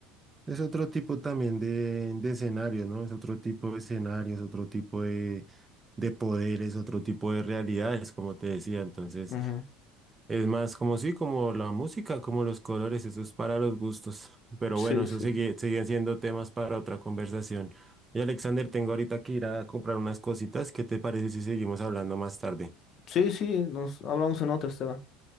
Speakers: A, on the right; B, on the left.
A: Es otro tipo también de, de escenario, ¿no? Es otro tipo de escenario, es otro tipo de, de poderes, otro tipo de realidades, como te decía. Entonces,
B: Ujú.
A: es más como sí, como la música, como los colores, eso es para los gustos. Pero
B: Sí,
A: bueno, eso
B: sí.
A: sigue, siguen siendo temas para otra conversación. Y Alexander, tengo ahorita que ir a comprar unas cositas. ¿Qué te parece si seguimos hablando más tarde?
B: Sí, sí, nos hablamos en otra, Esteban.